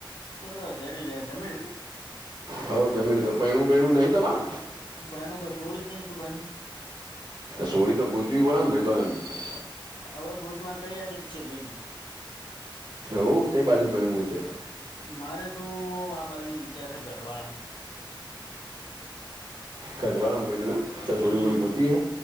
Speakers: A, on the left; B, on the right.
A: બસ હેડી જ જમી લીધું?
B: હ, જમીન તો પહેણું બેણું નહી તમારે?
A: પાઈું કઈ છોડી જ નઈ શું ભાઈ?
B: સોડી તો ગોચવી પડે ને ભાઈ બન <unintelligible>
A: હવે ગોતવાની તૈયારી જ છે ભય.
B: હોવ તે બાજુમાં તે.
A: મારે તો, આ બાજુ વિચાર છે ગઢવાડામાં.
B: કઢવાડામા પયનું એમ છોડી
A: હમ
B: બોડી ગોતી હે,